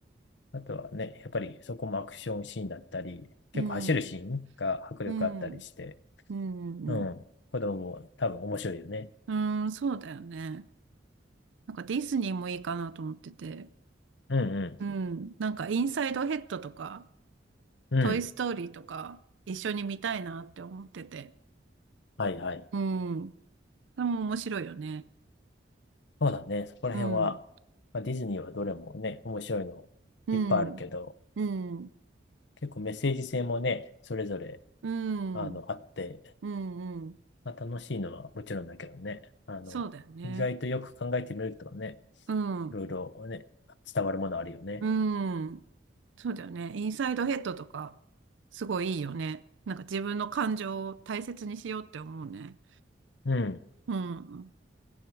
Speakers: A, on the left; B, on the right.
A: あとはね、やっぱりそこもアクションシーンだったり、結構走るシーンが迫力あったりして、
B: うん、うん、うん、うん、
A: うん、子供も多分面白いよね。
B: うん、そうだよね。なんかディズニーもいいかなと思ってて。
A: うん
B: うん。なんかインサイドヘッドとか、
A: うん、
B: トイストーリーとか、
A: うん。
B: 一緒に見たいなって思ってて。
A: はいはい。
B: うん。それも面白いよね。
A: そうだね。そこら辺は、
B: うん。
A: まあ、ディズニーはどれもね、面白いのいっぱいあるけど、
B: うん。うん。
A: 結構メッセージ性もね、それぞれ、
B: うん。
A: あの、
B: う
A: あって、
B: ん。うん。
A: まあ、楽しいのはもちろんだけどね、あの、
B: そうだよね。
A: 意外とよく考えてみるとね、
B: うん。
A: いろいろね、伝わるものあるよね。
B: うん。そうだよね。インサイドヘッドとか、すごいいいよね。なんか自分の感情を大切にしようって思うね。
A: うん。
B: うん。